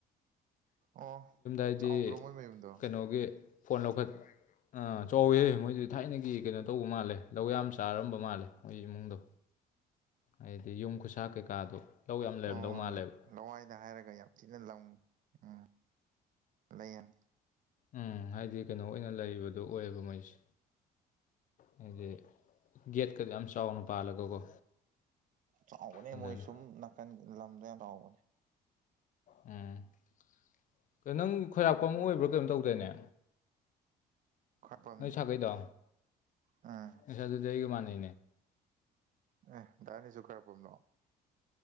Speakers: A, on the right; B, on the left.
A: ꯑꯣ
B: ꯍꯥꯏꯗꯤ
A: ꯆꯥꯎꯗ꯭ꯔꯣ ꯃꯣꯏ ꯃꯌꯨꯝꯗꯣ
B: ꯀꯩꯅꯣꯒꯤ ꯐꯣꯟ ꯂꯧꯈꯠ ꯑꯥ ꯆꯥꯎꯋꯦ ꯃꯣꯏꯁꯤ ꯊꯥꯏꯅꯒꯤ ꯀꯩꯅꯣ ꯇꯧꯕ ꯃꯥꯜꯂꯦ ꯂꯧ ꯌꯥꯝ ꯆꯥꯔꯝꯕ ꯃꯥꯜꯂꯦ ꯃꯣꯏ ꯏꯃꯨꯡꯗꯣ ꯍꯥꯏꯗꯤ ꯌꯨꯝ ꯈꯨꯁꯥ ꯀꯩꯀꯥꯗꯣ ꯂꯧ ꯌꯥꯝ ꯂꯩꯔꯝꯗꯧ
A: ꯍꯣꯏ
B: ꯃꯥꯜꯂꯦꯕ
A: ꯂꯋꯥꯏꯗ ꯍꯥꯏꯔꯒ ꯌꯥꯝ ꯊꯤꯅ ꯂꯪꯉꯤ ꯎꯝ ꯂꯩꯌꯦꯟ
B: ꯎꯝ ꯍꯥꯏꯗꯤ ꯀꯩꯅꯣ ꯑꯣꯏꯅ ꯂꯩꯕꯗꯣ ꯑꯣꯏꯌꯦꯕ ꯃꯩꯁꯦ ꯍꯥꯏꯗꯤ ꯒꯦꯠꯀ ꯌꯥꯝ ꯆꯥꯎꯅ ꯄꯥꯜꯂꯒꯀꯣ
A: ꯆꯥꯎꯕꯅꯦ
B: ꯑꯗꯨꯅꯤ
A: ꯃꯣꯏ ꯁꯨꯝ ꯅꯥꯀꯟꯒꯤ ꯂꯝꯗ ꯌꯥꯝ ꯆꯥꯎꯕꯅꯦ
B: ꯎꯝꯣ ꯅꯪ ꯈꯣꯏꯔꯥꯛꯄ ꯑꯃ ꯑꯣꯏꯕ꯭ꯔꯥ ꯀꯩꯅꯣꯝ ꯇꯧꯗꯣꯏꯅꯦ
A: ꯈꯔꯄꯝꯅꯤ
B: ꯅꯩ ꯁꯥꯥꯒꯩꯗꯣ
A: ꯑꯥ
B: ꯅꯁ ꯑꯗꯨꯗꯩ ꯌꯃꯥꯟꯅꯦ
A: ꯑꯦ ꯇꯅꯤꯁꯨꯖꯨ ꯈꯔꯄꯨꯝꯅ